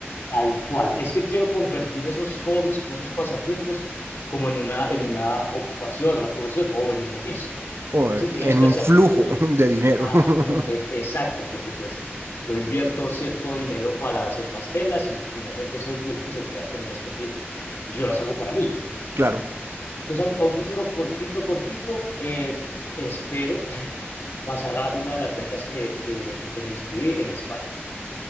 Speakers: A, on the left; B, on the right.
A: tal cual. Es que quiero convertir esos hobbies, como esos pasatiempos, como en una, en una ocupación, una profesión o en un oficio.
B: o
A: Entonces,
B: en
A: digamos que
B: un
A: hacia
B: flujo
A: futuro,
B: <laughs> de dinero.
A: ajá,
B: <laughs>
A: como que exacto, porque pues yo invierto cierto dinero para ciertas telas y finalmente soy yo el que se queda con ellas porque yo las hago para mí.
B: Claro.
A: Entonces, a un, a un futuro cortito, cortito, eh, espero pasar a una de las becas que, que, que me inscribí en España.